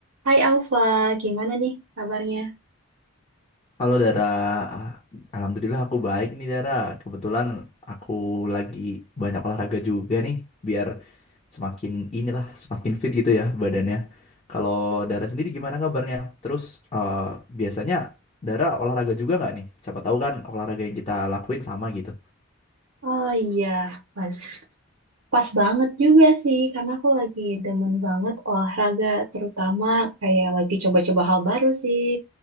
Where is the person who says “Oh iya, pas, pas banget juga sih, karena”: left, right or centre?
Right